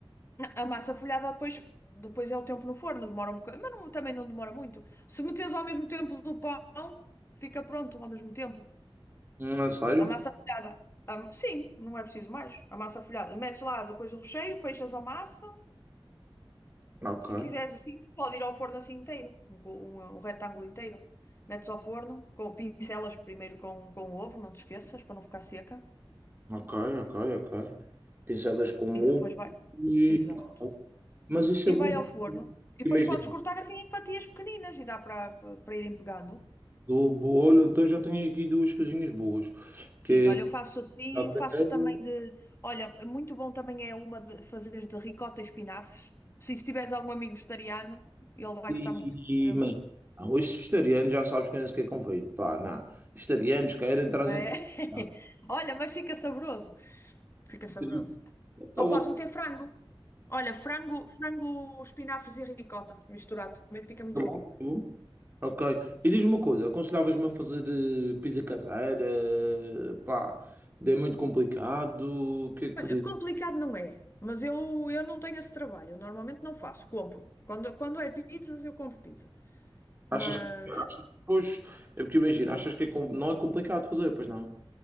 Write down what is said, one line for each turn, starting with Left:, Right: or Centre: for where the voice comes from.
Left: Não, a massa folhada depois, depois é o tempo no forno, demora um bocado, mas não- também não demora muito. Se meteres ao mesmo tempo do pão, fica pronto ao mesmo tempo.
Right: Hum, é sério?
Left: A massa folhada. hum, sim, não é preciso mais. A massa folhada. Metes lá depois o recheio, fechas a massa.
Right: Ok.
Left: Se quiseres assim, pode ir ao forno assim inteiro, um, co- um- um retângulo inteiro. Metes ao forno, com, pincelas primeiro com, com o ovo, não te esqueças, para não ficar seca.
Right: Ok, ok, ok. pinceladas com
Left: E
Right: ovo
Left: depois vai.
Right: e.
Left: Exato.
Right: Mas isso é
Left: e
Right: bom.
Left: vai ao forno. E
Right: Imagina,
Left: depois podes cortar assim em fatias pequeninas e dá para para irem pegando.
Right: do bolo, então já tenho aqui duas coisinhas boas,
Left: Sim,
Right: que
Left: olha,
Right: é
Left: eu faço assim,
Right: cabelo
Left: faço também de. Olha, é muito bom também é uma de fazeres de ricota e espinafres. Sim, se tiveres algum amigo vegetariano, ele vai
Right: e,
Left: gostar muito. É mesmo
Right: e mas,
Left: bom.
Right: não, os vegetarianos já sabes quem é que é convido. Pá, não. Vegetarianos querem, trazem.
Left: É. <laughs>
Right: Pá, eu
Left: Olha, mas fica saboroso. Fica saboroso.
Right: acredito. Tá
Left: Ou podes meter frango. Olha, frango, frango, espinafres e ricota. Misturado também fica muito
Right: bom,
Left: bom.
Right: tá bom. Ok. E diz-me uma coisa, aconselhavas-me a fazer eh, pizza caseira? Pá, é muito complicado. O que é que
Left: Olha, complicado não é, mas eu, eu não tenho esse trabalho. Eu normalmente não faço, compro. Quando, quando é pizzas, eu compro pizza. Mas
Right: Achas que. Achas, que pois, é porque imagina, achas que é, com- não é complicado fazer, pois não?